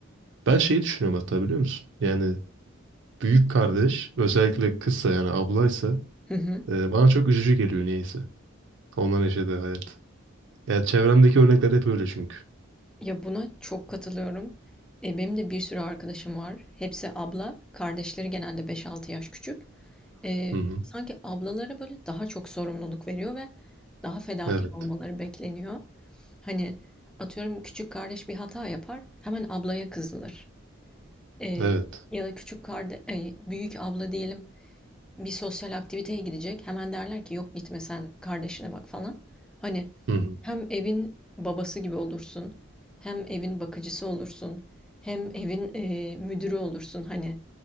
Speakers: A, on the right; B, in the centre.
A: Ben şeyi düşünüyorum hatta biliyor musun? Yani büyük kardeş özellikle kızsa yani ablaysa
B: Hı hı.
A: e, bana çok üzücü geliyor niyeyse. Onların yaşadığı hayat. Ya çevremdeki örnekler hep öyle çünkü.
B: Ya buna çok katılıyorum. E, benim de bir sürü arkadaşım var. Hepsi abla. Kardeşleri genelde beş-altı yaş küçük. E,
A: Hı hı.
B: sanki ablalara böyle daha çok sorumluluk veriyor ve daha fedakar
A: Evet.
B: olmaları bekleniyor. Hani atıyorum küçük kardeş bir hata yapar, hemen ablaya kızılır. E,
A: Evet.
B: ya da küçük kardeş, büyük abla diyelim bir sosyal aktiviteye gidecek. Hemen derler ki yok gitme sen kardeşine bak falan. Hani
A: Hı hı.
B: hem evin babası gibi olursun, hem evin bakıcısı olursun, hem evin e, müdürü olursun. Hani